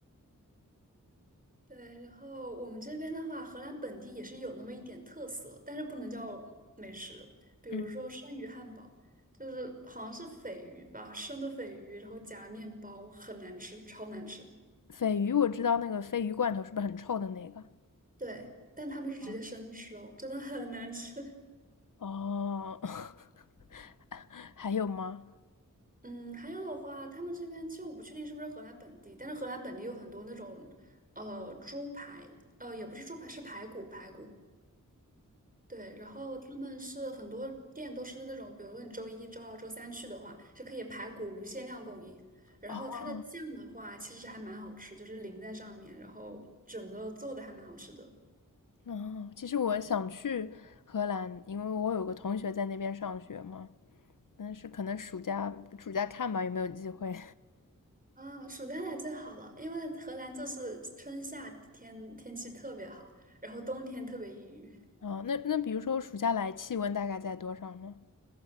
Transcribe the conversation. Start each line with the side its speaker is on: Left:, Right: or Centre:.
Right: 对，然后我们这边的话，荷兰本地也是有那么一点特色，但是不能叫美食，比如说生鱼汉堡，
Left: 嗯，
Right: 就是好像是鲱鱼吧，生的鲱鱼，然后夹面包，很难吃，超难吃。
Left: 鲱鱼我知道那个鲱鱼罐头是不是很臭的那个？
Right: 对，但他们是直接生吃哦，
Left: 啊，
Right: 真的很难吃。
Left: 哦，<laughs> 还有吗？
Right: 嗯，还有的话，他们这边其实我不确定是不是荷兰本地，但是荷兰本地有很多那种，呃，猪排，呃，也不是猪排，是排骨，排骨。对，然后他们是很多店都是那种，比如说你周一周二周三去的话，是可以排骨无限量供应。然后它的酱的话，
Left: 哦，
Right: 其实还蛮好吃，就是淋在上面，然后整个做的还蛮好吃的。
Left: 那其实我想去荷兰，因为我有个同学在那边上学嘛，但是可能暑假暑假看吧，有没有机会。
Right: 啊，暑假来最好了，因为荷兰就是春夏天天气特别好，然后冬天特别抑郁。
Left: 啊、那那比如说暑假来，气温大概在多少呢？